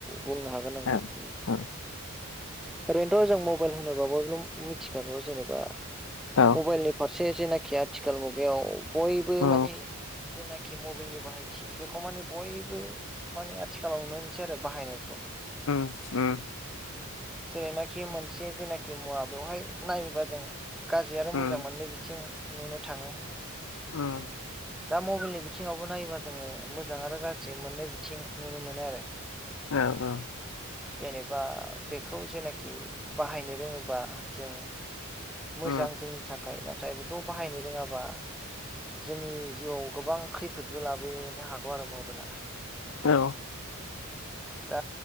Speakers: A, in the centre; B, on the left.
A: बुंनो हागोन नोंथां
B: औ औ
A: ओरैनोथ' जों मबाइल होनोबा बयबो मिथिखागौ जेनेबा
B: औ
A: मबाइलनि फारसे जेनाखि आथिखाल मुगायाव बयबो
B: औ
A: माने जेनाखि मबाइलनि बाहायथि बेखौ माने बयबो माने आथिखालाव नुनोमोनसै आरो बाहायनायखौ
B: ओम ओम
A: जेरैनाखि मोनसे जेनाखि मुवा बेवहाय नायोबा जों गाज्रि आरो
B: उम
A: मोजां मोननैबिथिं नुनो थाङो
B: ओम
A: दा मबाइलनि बिथिङावबो नायोबा जोङो मोजां आरो गाज्रि मोननै बिथिं नुनो मोनो आरो
B: औ औ
A: जेनेबा बेखौ जेनाखि बाहायनो रोङोबा जों मोजां
B: औ
A: जोंनि थाखाय नाथाय बेखौ बाहायनो रोङाबा जोंनि जिउआव गोबां खैफोदबो लाबोनो हागौ आरो मबाइला
B: औ
A: दा